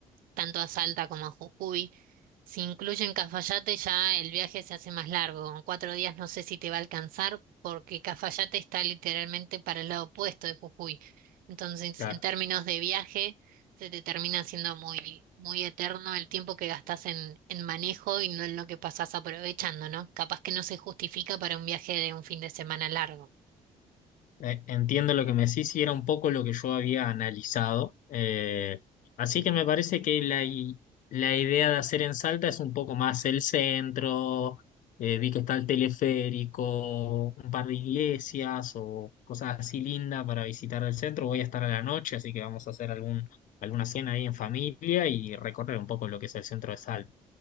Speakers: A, on the right; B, on the left.
A: tanto a Salta como a Jujuy. Si incluyen Cafayate, ya el viaje se hace más largo. Con cuatro días no sé si te va a alcanzar, porque Cafayate está literalmente para el lado opuesto de Jujuy. Entonces,
B: claro.
A: en términos de viaje, se te termina haciendo muy, muy eterno el tiempo que gastas en, en manejo y no en lo que pasás aprovechando, ¿no? Capaz que no se justifica para un viaje de un fin de semana largo.
B: Eh, Entiendo lo que me decís y era un poco lo que yo había analizado. Eh, así que me parece que la, i- la idea de hacer en Salta es un poco más el centro. eh, vi que está el teleférico, un par de iglesias o cosas así lindas para visitar el centro. Voy a estar a la noche, así que vamos a hacer algún, alguna cena ahí en familia y recorrer un poco lo que es el centro de Salta.